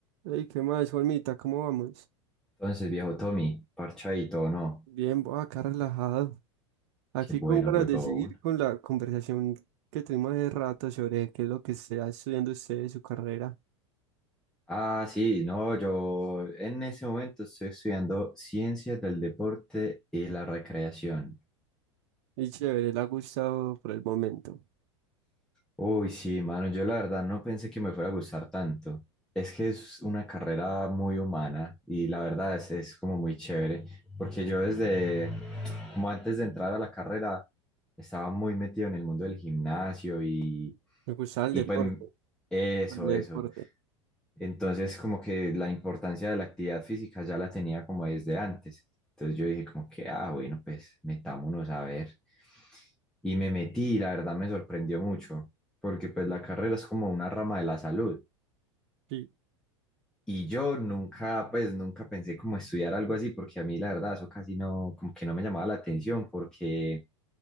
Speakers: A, on the right; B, in the centre.
A: Ey, ¿qué más, Juanmita? ¿Cómo vamos?
B: Entonces, viejo Tommy, parchadito, o ¿no?
A: Bien, voy acá relajado. Aquí
B: Qué bueno,
A: con ganas
B: huevón.
A: de seguir con la conversación que tuvimos hace rato sobre qué es lo que está estudiando usted de su carrera.
B: Ah, sí, no, yo en ese momento estoy estudiando Ciencias del Deporte y la Recreación.
A: Y chévere, le ha gustado por el momento.
B: Uy, sí, mano, yo la verdad no pensé que me fuera a gustar tanto. Es que es una carrera muy humana y la verdad es, es como muy chévere, porque yo desde, como antes de entrar a la carrera, estaba muy metido en el mundo del gimnasio y,
A: Me gusta el
B: y
A: deporte,
B: pues eso,
A: el deporte.
B: eso. Entonces como que la importancia de la actividad física ya la tenía como desde antes. Entonces yo dije como que, ah, bueno, pues metámonos a ver. Y me metí, y la verdad me sorprendió mucho porque pues la carrera es como una rama de la salud.
A: Sí.
B: Y yo nunca, pues nunca pensé como estudiar algo así, porque a mí la verdad eso casi no, como que no me llamaba la atención, porque,